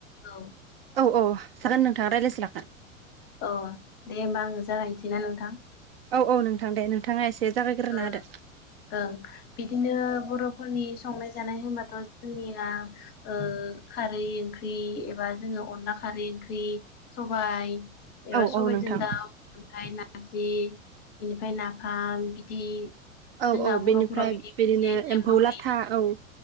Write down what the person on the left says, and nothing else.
औ
अ दे होमबा आंनो जागायनोसैना नोंथां
ओ
ओं बिदिनो बर'फोरनि संनाय जानाय होनबाथ' जोंनिया ओ खारै ओंख्रि एबा जोङो अनला खारि ओंख्रि सबाय एबा
सबायजों
दाउ ओमफाय ना नारजि बेनिफाय नाफाम बिदि
जोंना
बर'फोराव
बिदि
मोनसे नियम
दंखायोना